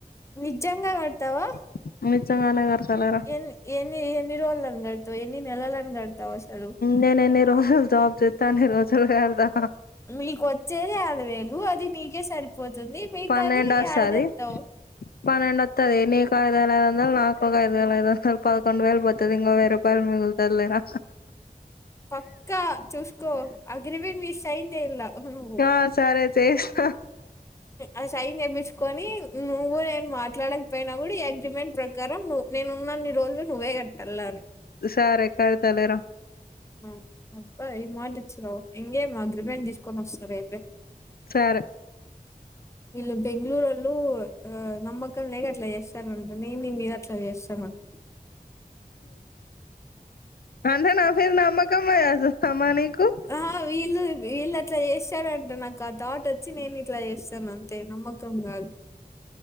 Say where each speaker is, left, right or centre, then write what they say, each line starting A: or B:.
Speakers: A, on the left; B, on the left.
A: నిజంగా క తవా
B: <unintelligible>
A: ఎ ఎన్ని ఎన్ని రోజులు అన్నట్టు ఎన్ని నెలలని గడతవ్ అసలు
B: నేను ఎన్ని రోజలు జబ్ చెత్తే అన్నీ రోజులు కద
A: మీకు వచ్చేది ఆరు వేలు అది నీకే సరిపోతుంది మిగతాది
B: పన్నెండు వస్తది
A: ఎడతెతావ్
B: పన్నెండు వత్తాది నీకు ఐదు వేల ఐదొందల్ నాకు ఒక ఐదు వేల ఐదుందాలు పదకొండు వేలు పోతుది ఇంకో వెయ్యి రూపా యల్ మిగుల్తది లేరా
A: పక్కా చూస్కో అగ్రిమెంట్ మీద సైన్ చేయాలా నువ్వు
B: ఆ సరే చేస్త
A: ఆ సైన్ చేప్పించుకోని నువ్వు నేను మాట్లాడకపోయినా కూడా ఈ అగ్రిమెంట్ ప్రకారం నువ్వు నేను ఉన్నాన్నీ రోజులు నువ్వే కట్టలని
B: సరే కడతలేర
A: ఉమ్ అబ్బ మట్టిచ్చినవ్ ఇంకేం అగ్రిమెంట్ తీసుకొని వస్తా రేపే
B: సరే
A: వీళ్ళు బెంగళూరుళ్ళు ఆ నమ్మకం లేక అట్లా చేస్తరంట నేను నీ మీద అట్లా చేస్తా మర్
B: అంటే నాపైన నామకమ్ లేదా అసలే సమా నీకు
A: ఆ వీళ్ళు వీళ్ళు అట్లా చేసారంట నాకు ఆ థౌట్ వచ్చి నేను ఇట్లా చేస్తాను అంత తే నమ్మకం కాదు